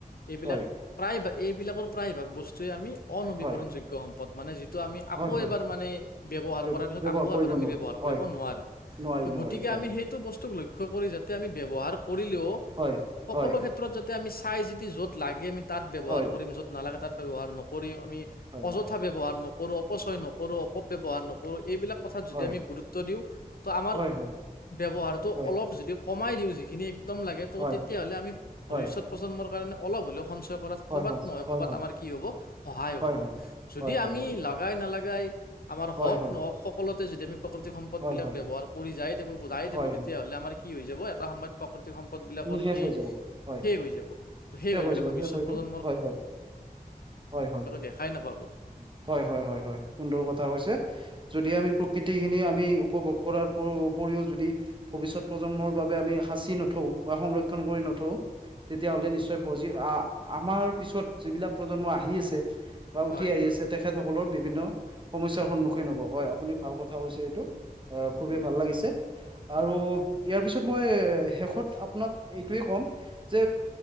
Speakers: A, on the left (about 75°); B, on the right (about 30°).
A: এইবিলাক
B: হয়
A: প্ৰায়ভাগ এইবিলাকৰ প্ৰায়ভাগ বস্তুৱে আমি। অনবীকৰণযোগ্য
B: হয়
A: সম্পদ মানে যিটো আমি আকৌ
B: হয় হয়
A: এবাৰ মানে। <unintelligible>
B: ব্যৱহাৰ
A: আকৌ
B: কৰিব
A: আমি
B: নোৱাৰো
A: ব্যৱহাৰ কৰিব
B: হয়
A: নোৱাৰো
B: নোৱাৰি নোৱাৰি
A: গতিকে
B: হয়
A: আমি সেইটো বস্তুক লক্ষ্য যাতে আমি ব্য। ৱহাৰ কৰিও
B: হয়
A: সকলো
B: হয়
A: ক্ষেত্ৰত যাতে আমি চাই য'ত লাগে আ তাত ব্যৱহাৰ
B: হয়
A: কৰিম য'ত নালাগে তাত ব্যৱহাৰ নকৰিম আমি
B: হয় হয়
A: অযথাব্যৱহাৰ নকৰো অপচয় ন। <unintelligible> ব্যৱহাৰ নকৰোঁ এইবিলাক কথাত যদি
B: হয়
A: আমি গুৰুত্ব দিওঁ ত আমাৰ
B: হয় হয়
A: ব্যৱহাৰ
B: হয়
A: অলপ য কমাই দিওঁ যিখিনি একদম লাগে ত'
B: হয়
A: তেতিয়াহ'লে আমি
B: হয়
A: ভৱিষ্যত প্ৰজন্মৰ কাৰণে অলপ হ'লেও। সঞ্চয় কৰাত
B: হয়
A: কৰ'বাত
B: হয় হয়
A: নহয়
B: হয়
A: কৰ'ৰবাত আমাৰ কি হ'ব সহায় হ'ব
B: হয় হয়
A: যদি
B: হয়
A: আমি
B: হয় হয় হয়
A: লগাই নালাগাই। আমাৰ
B: হয়
A: হওক
B: হয় হয়
A: নহওক সকলোতে যদি আমি প্ৰাকৃতিক সম্পদ
B: হয়
A: বিলাক
B: হয়
A: ব্যৱহাৰ কৰি যায় তাক। বজাই থাকো
B: হয়
A: তেতিয়াহ'লে
B: হয়
A: আমাৰ কি। কি হৈ যাব এটা সময়ত প্ৰাকৃতিক সম্পদ বিলাকৰ
B: নিশেষ
A: সেই
B: হৈ যাব হয়
A: শেষ হৈ যাব ত সেই
B: শেষ
A: হৈ গলে
B: যাব
A: ভৱিষ্যত
B: শেষ হৈ
A: প্ৰ।
B: গ'ল সুন্দৰ
A: দেখাই নাপাব।
B: কথা হৈছে। যদি আমি প্ৰকৃতি খিনি আমি উপভোগ কৰাৰ উপৰিও যদি ভৱিষ্যত প্ৰজন্মৰ বাবে। মি সাঁচি নথও বা সংৰক্ষণ কৰি নথও তেতিয়'লে নিশ্চয় <unintelligible> আমাৰ পিছত যিবিলাক প্ৰজন্ম আহি আছে বা উঠি
A: হয়।
B: আহি আছে তেখেতসকলৰ বিভিন্ন সমস্যা সন্মুখীন হ'ব হয় আপুনি ভাল কথা কৈছে এইটো অ খুবেই
A: উম।
B: ভাল লাগিছে আৰু ইয়াৰ পিছত শেষত আপোনাক এইটোয়ে কম যে